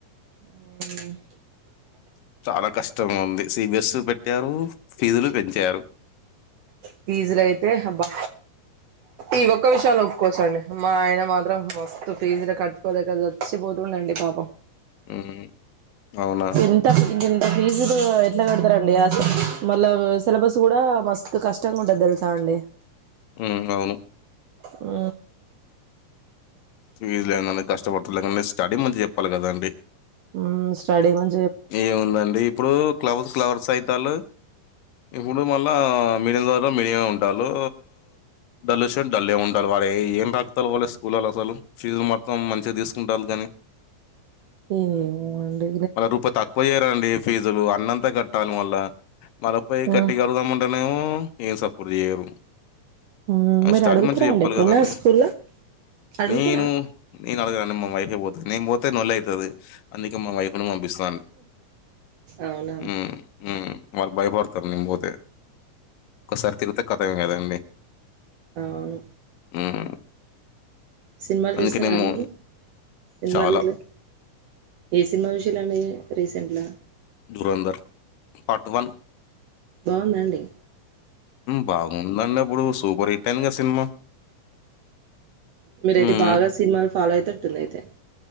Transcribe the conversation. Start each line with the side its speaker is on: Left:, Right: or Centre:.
Right: ఉ
Left: చాలా కష్టం ఉంది సి బి ఎస్ పెట్టారు ఫీజులు పెంచారు
Right: ఫీజులు అయితే అబ్బా ఇవ ఒక్క విషయాంలో ఒప్పుకోవసండి మా ఆయన మాత్రం మస్తు ఫీజ్లా కట్టుకోలేక చచ్చిపోతుండండి పాపం
Left: ఉ అవునా
Right: ఇంత ఇంతింత ఫీజు ఎట్లా పెడతారండి మళ్ళ సిలబార్స్ కూడా మస్తు కష్ ష్టం ఉంటాది తెలుసా అండి
Left: ఉ అవును
Right: ఉ
Left: ఫీజు లేని కష్టపడతలేక స్టడీ మంచిగా చెప్పాలి కదాండి.
Right: ఉ స్టడ మ
Left: ఏముందండి ఇప్పుడు క్లవ్స్ క్లవర్స్ అయితాలు ఇప్పుడు మళ్ళా మీడిల్ వాలు మీడియమ ఉంటారు. డల్లర్స్ డాళ్లే ఉంటారు వాళ్ళు అ ఏం తగతా వాళ్లే స్కూల్లో అసలు ఫీజులు మొత్తం మంచిగా తీసుకుంటారు కానీ.
Right: ఏమే మొండి
Left: మళ్ళ రూపాయి తక్కువ చేయ్యారంండి ఫీజులు అన్నంతా అట్లా కట్టాలి మాల్ల మలపైయి
Right: మ్మ్
Left: గట్టిగా అడుగుదామంటే నేమో ఎమ్ సప్పుడు చేయు
Right: మ్మ్
Left: ఆ
Right: మీరు
Left: స్టడీ
Right: అడుగుతారా
Left: మంచిగా చెప్పాలి
Right: అండి ఎప్పుడైనా
Left: కదండి.
Right: స్కూల్లో అడుగుతారా
Left: నేను నేను అడగండి మా వైఫే పోతుది. నేను పోతే లొల్లి అవుతుది అందికే మా వైఫ్ నేను పంపిస్తా
Right: అవునా
Left: హ్మ్. హ్మ్. వాళ్ళు బయపడతారు నేను పోతే ఒకసారి తిరుగుత కథవిన్నలేదండీ
Right: అవును
Left: హ్మ్
Right: సినిమాలు
Left: అందుకేనేమో
Right: చూస్తారండి. సినిమలు
Left: చాలా
Right: గిట్ల, ఏ సినిమా చుస్ రండి రీసెంట్ గా
Left: దురంధర్ పార్ట్ వన్
Right: బాగుందాండి
Left: బాగుందండి అప్పుడు సూపర్ హిట్ అయిందిగా సినిమా.
Right: మీరైతే
Left: హ్మ్.
Right: బాగా సినిమాల్ పదై తటటుంది అయితే